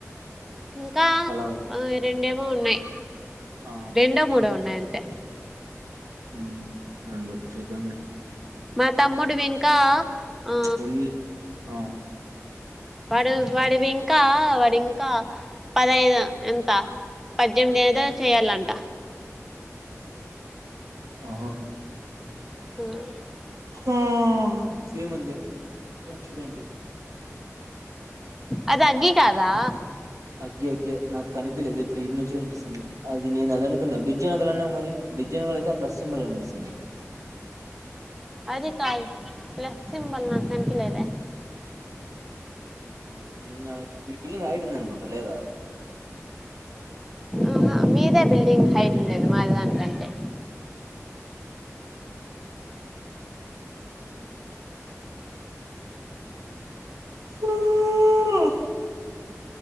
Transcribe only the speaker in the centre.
ఇంకా
రెండేమో ఉన్నాయ్.
రెండో మూడో ఉన్నాయి అంతే.
మా తమ్ముడు వి ఇంకా ఆ
వాడు, వాడివి ఇంకా, వాడింకా, పదైదు అంట. పద్దెనిమిది ఏదో చేయ్యలంట.
మ్
అది అగ్గి కాదా?
అది కాదు. ప్లస్ సింబల్ నాకు కనిపిలేదే?
ఆహా మీదే బిల్డింగ్ హైట్ ఉండేది. మాదాని కంటే,